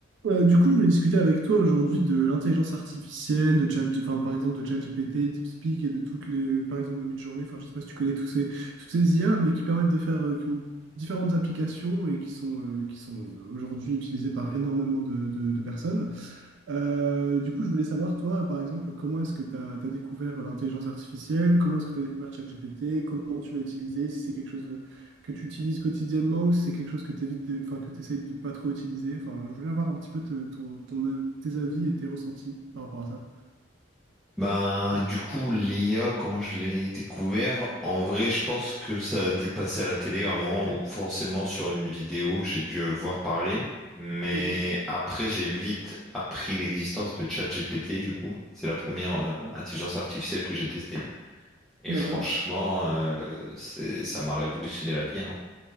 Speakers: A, on the right; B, in the centre.
A: Euh, du coup, je voulais discuter avec toi aujourd'hui de l'intelligence artificielle, de Chat, enfin, par exemple de ChatGPT, DeepSpeak et de toutes les, par exemple de Midjourney. Enfin, je sais pas si tu connais tous ces, toutes ces IA, mais qui permettent de faire, euh, qui ont différentes applications et qui sont, euh, qui sont aujourd'hui utilisées par énormément de, de- de personnes. Euh, du coup, je voulais savoir, toi, par exemple, comment est-ce que tu as, découvert l'intelligence artificielle? Comment est-ce que tu as découvert ChatGPT? Comment tu l'as utilisé? Si c'est quelque chose de- que tu utilises quotidiennement ou si c'est quelque chose que tu évites, de- enfin, que tu essaies de pas trop utiliser. Enfin, je voulais avoir un petit peu te- ton, ton- tes avis et tes ressentis par rapport à ça.
B: Ben, du coup, l'IA, comment je l'ai découvert? En vrai, je pense que ça a dû passer à la télé à un moment où forcément sur une vidéo, j'ai dû voir parler. Mais
A: Mhm.
B: après, j'ai vite appris l'existence de ChatGPT, du coup. C'est la première euh, intelligence artificielle que j'ai testée. Et
A: D'accord.
B: franchement, euh, c'est- ça m'a révolutionné la vie. hein.